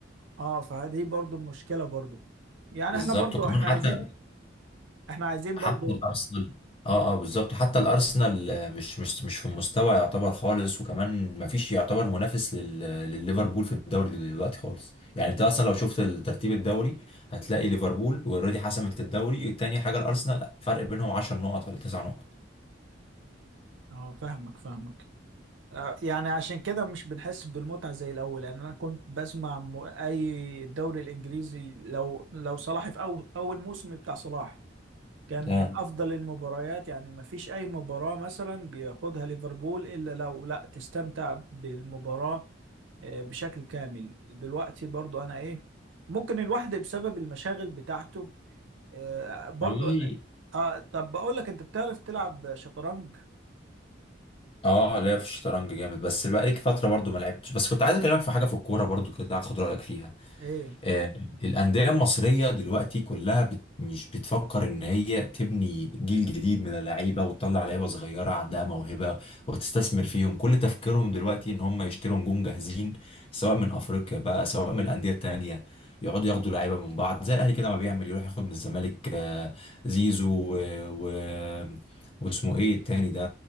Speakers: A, on the right (about 80°); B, on the left (about 30°).
A: اه فدي برضو المشكلة برضو يعني
B: بالظبط
A: احنا برضو
B: وكمان
A: احنا
B: حتى
A: عايزين احنا عايزين
B: حتى
A: برضو
B: الارسنال اه اه بالظبط حتى الارسنال آه، مش مش مش في المستوى يعتبر خالص وكمان ما فيش يعتبر منافس لل- لليفربول في الدوري دلوقتي خالص يعني انت اصلا لو شفت ترتيب الدوري هتلاقي ليفربول اوريدي حسمت الدوري التاني حاجه الارسنال فرق بينهم 10 نقط ولا 9 نقط
A: اه فاهمك فاهمك آه يعني عشان كده مش بنحس بالمتعة زي الأول يعني أنا كنت بسمع م- أي الدوري الإنجليزي لو لو صلاح في أول أول موسم بتاع صلاح كان من
B: اه
A: أفضل المباريات يعني ما فيش أي مباراة مثلا بياخدها ليفربول إلا لو لا تستمتع بالمباراة آه، بشكل كامل دلوقتي برضو أنا إيه ممكن الواحد بسبب المشاغل بتاعته آه، برضو
B: والله
A: اه طب بقول لك انت بتعرف تلعب شطرنج
B: اه لا في الشطرنج جامد بس بقالي فتره برضو ما لعبتش بس كنت عايز اكلمك في حاجه في الكوره برضو كده اخد رايك فيها
A: ايه
B: آه، الأندية المصرية دلوقتي كلها بت... مش بتفكر إن هي تبني جيل جديد من اللعيبة وتطلع لعيبة صغيرة عندها موهبة وتستثمر فيهم كل تفكيرهم دلوقتي إن هم يشتروا نجوم جاهزين سواء من أفريقيا بقى سواء من الأندية التانية يقعدوا ياخدوا لعيبة من بعض زي الأهلي كده ما بيعمل يروح ياخد من الزمالك آه، زيزو و... و... واسمه إيه التاني ده